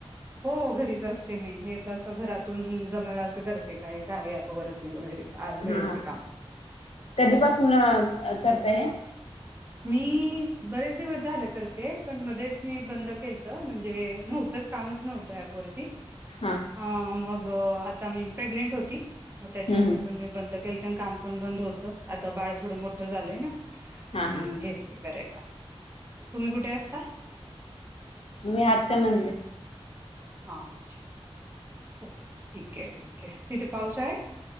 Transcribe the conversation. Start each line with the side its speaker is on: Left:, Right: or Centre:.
Right: हो घरीच असते ते मी हेच असं घरातून जमल असं करते. काय कार्य ॲपवरती वगैरे का मिळेल
Left: हा
Right: ते काम.
Left: कधीपासून करताय हे
Right: मी बरेच दिवस झाले करते पण मध्येच मी बंद केलत म्हणजे नव्हत तसं कामच नव्हत ॲप वरती
Left: हा
Right: आ मग आता मी प्रेग्नेंट होती. मग
Left: हम्म
Right: त्याच्यामुळे
Left: हम्म
Right: पण मी बंद केलतर काम पण बंद होत आता बाळ थोडं मोठं झालंय ना
Left: हा
Right: हम्म
Left: हा
Right: घेतली करायला तुम्ही कुठे असता
Left: मी हातकणंगले
Right: हा अच्छा ठीक आहे ठीक आहे तिथे पाऊस आहे